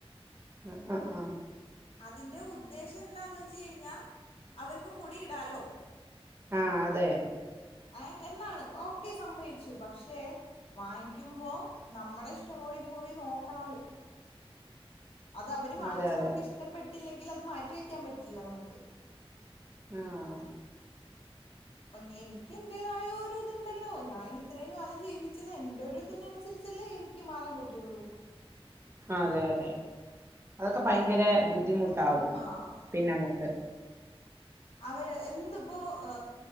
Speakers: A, on the right (about 25°); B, on the left (about 70°).
A: അ അ ആഹ്
B: അതിന്റെ ഉദ്ദേശം എന്താന്ന് വെച്ച് കഴിഞ്ഞാ അവര്ക്കും കൂടി ഇടാലോ.
A: ആഹ് അതെ
B: ഏ എന്നാണ് ഓക്കെ സമ്മയ്ച്ചു പക്ഷെ. വാങ്ങിക്കുമ്പോ നമ്മടെ ഇഷ്ടം കൂടി കൂടി ന്നോക്കണല്ലോ? അത് അവര് വാങ്ങിച്ച്
A: അതെ അതെ
B: ന്നമ്ക്ക് ഇഷ്ടപ്പെട്ടില്ലെങ്കിലത് മാറ്റി വെക്കാൻ പറ്റില്ല ന്നമ്ക്ക്.
A: ആഹ്
B: പ്പ്ഞ്ഞെനിക്ക് എന്റേതായൊരു ഇതുണ്ടല്ലോ ഞാൻ ഇത്രയും കാലം ജീവിച്ചത് എന്റൊരു- ഇതിനൻസരിച്ചല്ലേ എനിക്ക് മാറാൻ പറ്റൊള്ളൂ.
A: അതെ അതെ അതൊക്കെ ഭയങ്കരെ ബുദ്ധിമുട്ടാവും.
B: അ ആ
A: പിനങ്ങോട്ട്.
B: അവര് എന്ത്‌പ്പോ ഏ